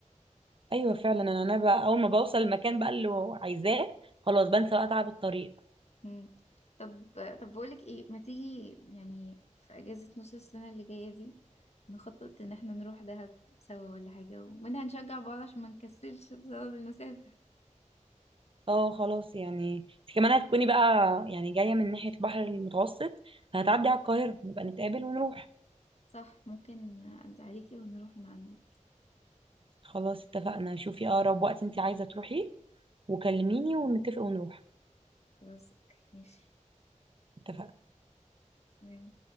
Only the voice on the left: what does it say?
<laughs> مم. طب طب بقولك ايه ما تيجي يعني في أجازة نص السنة اللي جاية دي نخطط إن احنا نروح دهب سوا ولا حاجة ومنها نشجع بعض عشان ما نكسلش بسبب المسافة
صح ممكن أعدي عليكي ونروح من عندك
خلاص أوكي ماشي
تمام